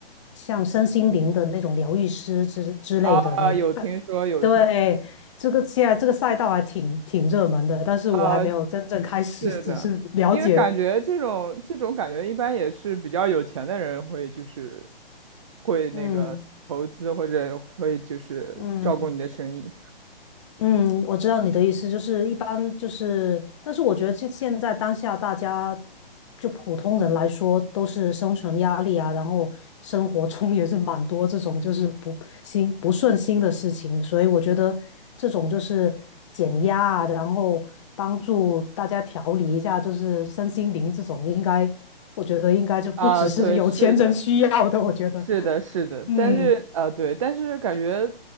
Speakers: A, on the left; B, on the right.
A: 像身心灵的那种疗愈师之之类的那种，
B: 啊，有听说有听说，
A: 但对，这个现在这个赛道还挺挺热门的，但是我还没有真正开始，
B: 啊，是的，
A: 只是了解。
B: 因为感觉这种这种感觉一般也是比较有钱的人会就是会那个投资或者会就是照顾你的生意
A: 嗯嗯。嗯，我知道你的意思，就是一般就是，但是我觉得这现在当下大家就普通人来说，都是生存压力啊，然后生活中也是蛮多这种就是不心不顺心的事情，所以我觉得这种就是减压啊，然后帮助大家调理一下，就是身心灵这种，应该我觉得应该就不只是有钱人需要的，
B: 啊，对，是的，
A: 我觉得，
B: 是的，是的，
A: 嗯
B: 但是呃，对，但是感觉